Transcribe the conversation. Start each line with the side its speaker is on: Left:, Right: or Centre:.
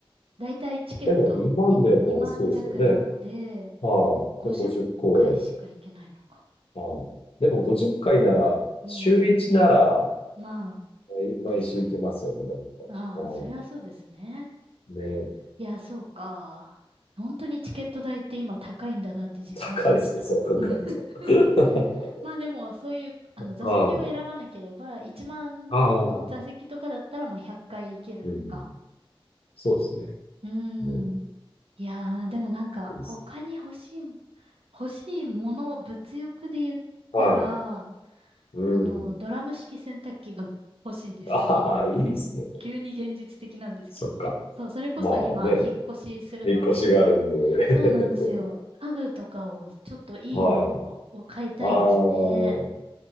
Right: だいたいチケット、
Left: でも2万年もそうですよね。
Right: 今2万弱なので、
Left: はい。
Right: 50回しか行けないのか。
Left: で50公演。はい。でも50回なら、
Right: うん。
Left: 週1なら、
Right: まあ、
Left: 毎毎週行けますよね、
Right: 確かに。
Left: だいぶ。
Right: ああ、
Left: は
Right: それはそうですね。
Left: い。ね。
Right: いや、そうか。本当にチケット代って今高いんだなって実感しました。
Left: 高いですね、そう考えると。
Right: うん。
Left: <laughs>
Right: <laughs> まあでも、そういう、あの、
Left: は
Right: 座席を選ばなければ、
Left: い。
Right: 1万円の座席とかだったら、
Left: ああ、うん
Right: まあ100回行けるか。
Left: うん。そうですね。
Right: うー
Left: うん。
Right: ん。いやー、でもなんか、
Left: いいですね。
Right: 他に欲しい、欲しいもの、物欲で言ったら、
Left: はい。
Right: あ
Left: うん。
Right: の、ドラム式洗濯機が <laughs> 欲しいです、
Left: ああ、
Right: 今。
Left: いいですね。
Right: 急に現実的なんですけど。
Left: そっか。
Right: そう、それこそ今、
Left: まあね。
Right: 引っ越しするので、
Left: 引っ越しがあるんで。
Right: そうなんですよ。
Left: <laughs> そ
Right: 家具とかを、ちょっといいのを買いたいですね。
Left: う。はい。ああ。